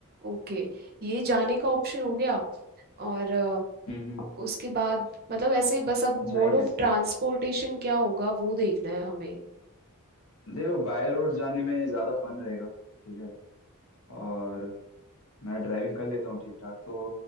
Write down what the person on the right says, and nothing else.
ओके ये जाने का ऑप्शन हो गया और
उसके बाद मतलब ऐसे ही बस अब
मोड ऑफ
ट्रांसपोर्टेशन
क्या होगा वो देखना है हमें